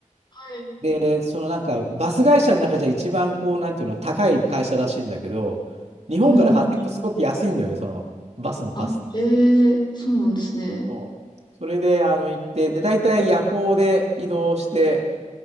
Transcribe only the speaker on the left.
はい。
うん。
あ、へえ、そうなんですね。